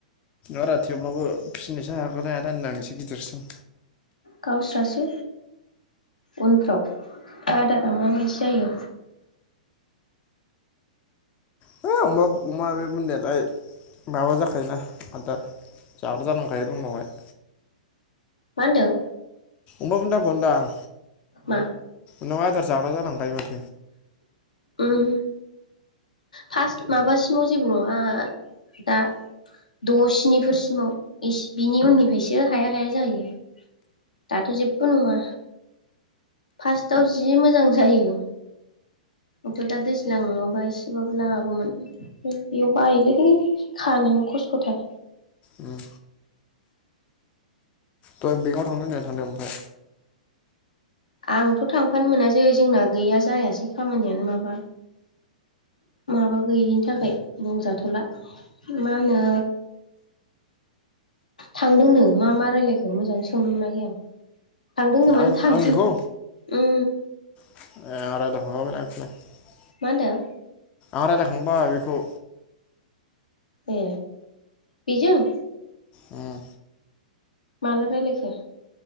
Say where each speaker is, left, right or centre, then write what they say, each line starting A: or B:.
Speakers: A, on the left; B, on the left.
A: आरो थेवब्लाबो फिसिनोसो हागोना हाया दा होनदां एसे गिदिरसिम
B: गावस्राासो उनफ्राव आदारा माबायदि जायो।
A: ह अमा अमा बे बुन्दियालाय माबा जाखायोना आदार जाग्रा जालांखायो उनावहाय
B: मा होनदों?
A: अमा बुंदाखौ होनदां
B: मा
A: उनाव आदार जाग्रा जालांखायो माथो
B: उम फार्स्ट माबासिमाव जेबो नङा दा द' स्निफोरसिमाव बिनि उननिफायसो हाया हाया जाहैयो दाथ' जेबो नङा। फार्स्टआव जि मोजां जायो। आंथ' दा दैज्लां नङाबा एसेबाबो लागौमोन बेयाव बायोलै खानोनो खस्थ'थार
A: उम दहाय बेंकआव थांनो होनाया थांदो ओमफाय
B: आंथ' थांफानो मोनासै जोंना गैया जायासै खामानियानो माबा माबा गैयिनि थाखाय बुंजाथ'ला मा होनो थांदोंनो मा मा रायलायखो मोजाङै सोंनो मोनाखै आं। थांदोंनो मान
A: आंनि
B: थांदों
A: आंनिखौ
B: ओ
A: <unintelligible>
B: मा होनदों?
A: आं रायलायखांबाय बेखौ
B: ए बिजों
A: उम
B: माला रायलायखो